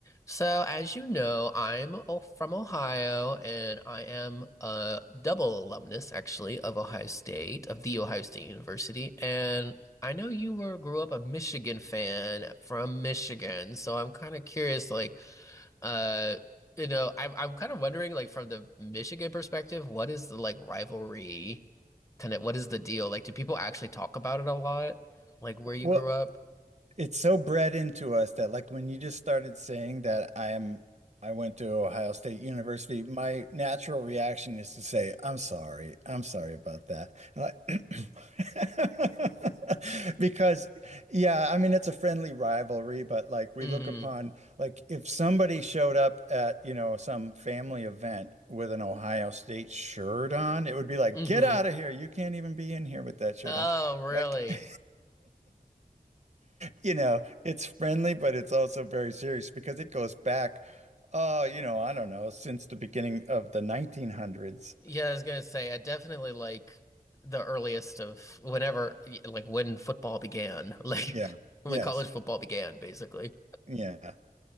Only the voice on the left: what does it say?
So, as you know, I'm o- from Ohio and I am a double alumnus, actually, of Ohio State, of the Ohio State University. And I know you were grew up a Michigan fan from Michigan. So I'm kind of curious, like, uh, you know, I'm I'm kind of wondering, like, from the Michigan perspective, what is the like rivalry? Kind of, what is the deal? Like, do people actually talk about it a lot? Like, where
you grew up?
Mm-hmm.
Mm-hmm.
Oh,
really?
Yeah, I was gonna say, I definitely like the earliest of whenever, like when football began, <laughs> like
when
college football began, basically.